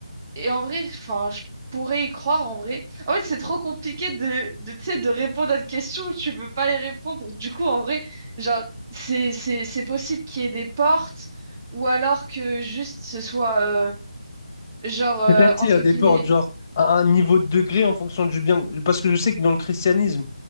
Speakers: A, on the right (about 30°); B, on the left (about 25°).
A: et en vrai, enfin, je pourrais y croire, en vrai. En fait, c'est trop compliqué de, de, tu sais, de répondre à une question où tu peux pas y répondre. Du coup, en vrai, genre, c'est, c'est, c'est possible qu'il y ait des portes ou alors que juste ce soit, euh, genre, euh,
B: C'est-à-dire
A: entre
B: des
A: guillemets,
B: portes, genre à un niveau de degré en fonction du bien. Parce que je sais que dans le christianisme,